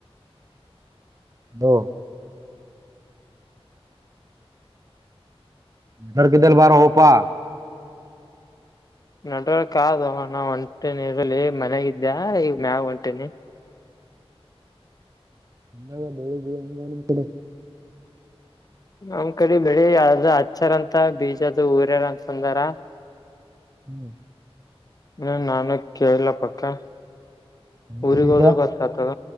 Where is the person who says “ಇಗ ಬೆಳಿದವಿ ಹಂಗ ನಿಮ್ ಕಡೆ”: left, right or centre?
Right